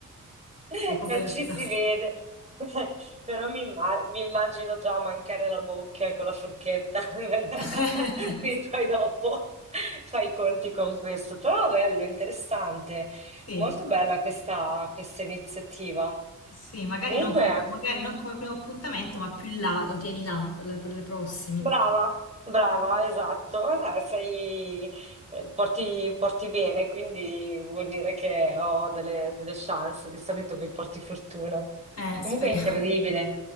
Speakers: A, on the right; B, on the left.
A: <laughs>
B: Sei coperta.
A: Non ci si vede, <laughs> però mi, imma- mi immagino già mancare la bocca con la forchetta, <laughs>
B: <laughs>
A: quindi poi dopo <laughs> fai i conti con questo. Però bello, interessante,
B: Sì,
A: molto bella questa, questa iniziativa.
B: sì, magari
A: Comunque,
B: non, co- ecco, magari non come primo appuntamento, ma più là, lo tieni là per le, per le prossimi.
A: brava, brava,
B: Mm?
A: esatto, Eh, sei, eh, porti, porti bene, quindi vuol dire che ho delle, delle chance, di solito mi porti fortuna.
B: Eh,
A: Comunque
B: speriamo.
A: è incredibile.